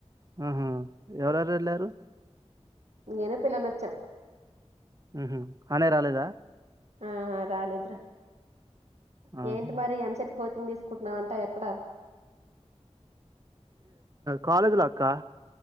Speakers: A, on the right; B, on the right.
A: ఆహ్ ఎవరెవరు వెళ్లారు.
B: నేను పిల్లలు వచ్చం.
A: ఉహు అన్నయ్య రాలేదా.
B: ఆహా రాలేద్రా
A: ఆహా
B: ఏంటి మరి ఎంసెట్ కోచింగ్ తీస్. కొంటున్నావంట ఎక్కడ.
A: కాలేజ్లాక్క.